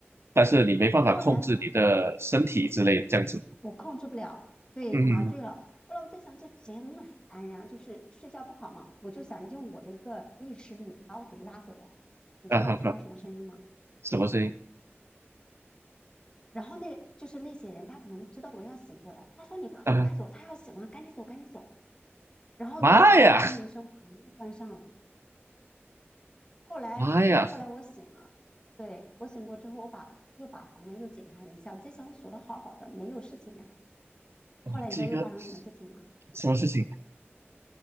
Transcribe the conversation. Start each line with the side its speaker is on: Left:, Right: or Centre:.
Right: 但是你没办法控制你的身体之类的这样子。
Left: 后来呢，我控制不了，对，
Right: 嗯，
Left: 麻醉了。后来我在想，这谁那么烦人啊？就是睡觉不好嘛，我就想用我的一个意识力把我给拉回来。你知道我听到什么声音吗？
Right: <laughs> 啊哈哈，什么声音？
Left: 然后那就是那些人，他可能知道我要醒过来，他说：“你快走，
Right: 啊，
Left: 快走，他要醒了，赶紧走，赶紧走。”然后就砰的一声把门又关上了。
Right: 妈呀，
Left: 后来后来我醒了，
Right: 妈呀，
Left: 对，我醒过之后，我把又把房门又检查一下，我在想我锁的好好的，没有事情呀。后来你知道又发生什么事情吗？
Right: 哇，这个什么事情？